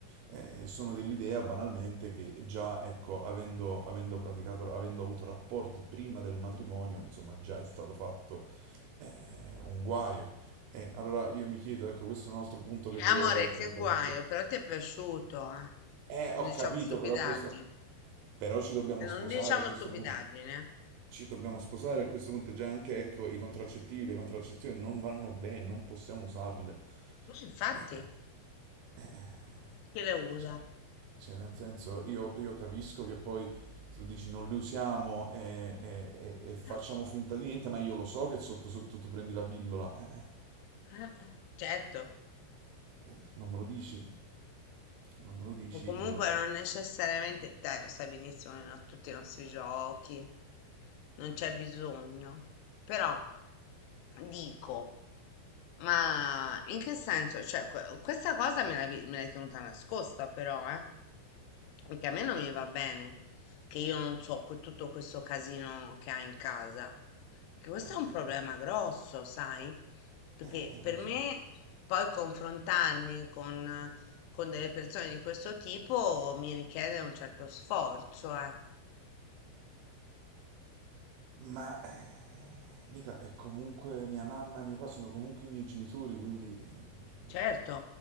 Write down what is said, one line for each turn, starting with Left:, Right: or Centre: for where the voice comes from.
Right: eh, sono dell'idea banalmente che già, ecco, avendo, avendo praticato, avendo avuto rapporti prima del matrimonio, insomma, già è stato fatto eh, un guaio. E allora io mi chiedo, ecco, questo è un altro punto che
Left: Eh,
Right: volevo
Left: Amore,
Right: poi affrontare
Left: che guaio,
Right: con te.
Left: però ti è piaciuto, eh.
Right: Eh, ho
Left: Non diciamo
Right: capito,
Left: stupidaggini.
Right: però questo... Però ci dobbiamo
Left: Eh, Non
Right: sposare
Left: diciamo
Right: a questo
Left: stupidaggini,
Right: punto.
Left: eh.
Right: Ci dobbiamo sposare a questo punto. Già anche, ecco, i contraccettivi, le contraccezioni non vanno bene, non possiamo usarle.
Left: Mm, Infatti,
Right: Eh, eh, eh,
Left: chi le usa?
Right: cioè, cioè, nel senso, io, io capisco che poi tu dici non le usiamo e, e- e- e facciamo
Left: <laughs>
Right: finta di niente, ma io lo so che sotto sotto tu prendi la pillola. Eh, eh,
Left: Eh, eh, eh, Certo,
Right: Eh, non me lo dici. Non me lo dici
Left: o comunque
Right: io.
Left: non necessariamente, dai, lo sai benissimo, a tutti i nostri giochi, non c'è bisogno, però dico. Ma in che senso? Cioè, que- questa cosa me l'avevi- me l'hai tenuta nascosta però, eh? Anche a me non mi va bene che io non so que- tutto questo casino che hai in casa. Perché questo
Right: eh.
Left: è un problema grosso, sai? Perché
Right: Eh, eh,
Left: per
Right: lo so,
Left: me poi confrontarmi con, con delle persone di questo tipo mi richiede un certo sforzo, eh.
Right: ma eh, Nica è comunque mia mamma e mio papà sono comunque i miei genitori, quindi eh,
Left: Certo,
Right: eh,